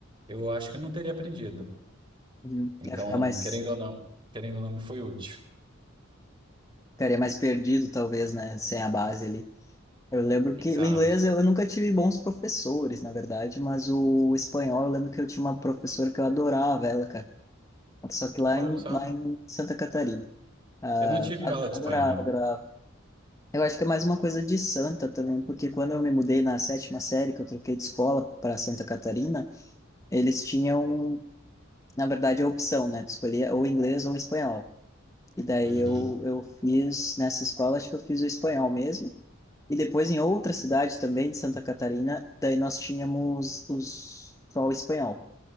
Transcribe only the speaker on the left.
Uhum.
Ia ficar mais,
ficaria mais perdido, talvez, né? Sem a base ali. Eu lembro
que o inglês eu, eu nunca tive bons professores, na verdade, mas o espanhol eu lembro que eu tinha uma professora que eu adorava ela, cara. Só que lá
em,
lá em Santa Catarina. Ah,
a-
adorava, adorava. Eu acho que é mais uma coisa de Santa também, porque quando eu me mudei na sétima série, que eu troquei de escola para Santa Catarina, eles tinham, na verdade, a opção, né? Tu escolhia ou inglês ou espanhol. E daí
eu, eu fiz nessa escola, acho que eu fiz o espanhol mesmo. E depois em outra cidade também de Santa Catarina, daí nós tínhamos os, só o espanhol.